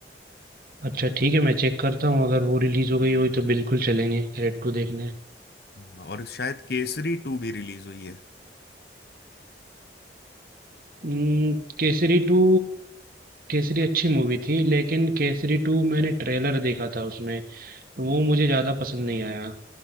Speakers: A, on the right (about 50°); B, on the left (about 60°).
A: अच्छा ठीक है मैं चेक करता हूँ अगर वो रिलीज़ हो गई हुई तो बिल्कुल चलेंगे रेड टू देखने
B: हाँ, और शायद केसरी टू भी रिलीज हुई है
A: हम्म, केसरी टू केसरी अच्छी मूवी थी लेकिन केसरी टू मैंने ट्रेलर देखा था उसमें वो मुझे ज़्यादा पसंद नहीं आया